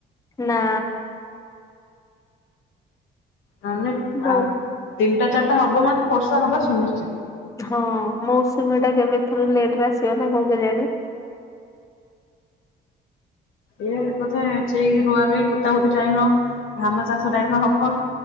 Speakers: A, on the left; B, on the left.
A: ନା।
B: ମାନେ ତିନିଟା
A: ବୋ
B: ଚାରିଟା ହବ ମାନେ ବର୍ଷା ହବା ସୁନିଶ୍ଚିତ୍।
A: ହଁ ମୌସୁମୀ ଟା କେବେ ଥରେ ଲେଟ୍ ରେ ଆସିବ ନା କଣ କେଜାଣି।
B: ଈଏ ବୋଧେ ଠିକି ରୁଆ ରୁଇ ପୋତା ପୋତି ଟାଇମ୍ ର ଧାନ ଚାଷ ଟାଇମ୍ ର ହବ।